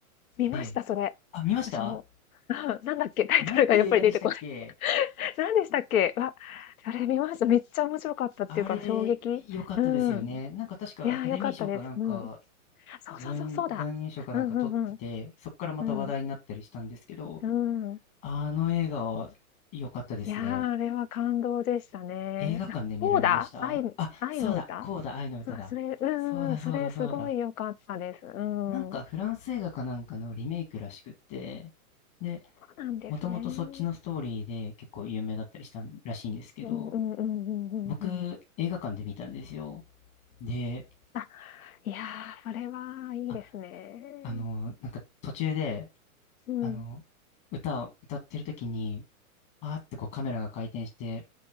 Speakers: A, on the left (about 70°); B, on the left (about 30°).
A: 見ました、
B: で、
A: それ。
B: あ、見ました
A: 私も。うん、なんだっけ、タイトルがやっぱり出てこ
B: なんていう映画でしたっけ
A: 何でしたっけ？わ、あれ見ました。めっちゃ面白かったっていうか、
B: あれ、
A: 衝撃。
B: 良かったですよね。
A: うん。
B: なんか確かアカデミー賞かなんか、
A: いや、良かったです。うん。そうそうそう、
B: 助演男優賞かなんか取ってて、
A: そうだ。うんうん
B: そこからまた話題になったりしたんですけど、
A: うん。うん。うん。
B: あの映画は良かったですね。
A: いや、あれは感動でしたね。
B: 映画館で見られましたあ、
A: あ、コーダ？愛愛の歌？
B: そうだ、こうだ、愛の歌だ。
A: そう、それうんうんうん、
B: そうだ、
A: それすごい良かったです。
B: そうだ、そうだ。
A: う
B: なんかフランス映画かなんかのリメイクらしくって、
A: ん。
B: で、
A: そうなんですね。
B: もともとそっちのストーリーで結構有名だったりしたらしいんですけど、
A: うんうんうんうんうんうん。
B: 僕、映画館で見たんですよ。で、
A: あ、いや、それはいいですね。
B: あ、あの、なんか途中で、
A: うん。
B: あの、歌を歌ってる時に、パーってこうカメラが回転して、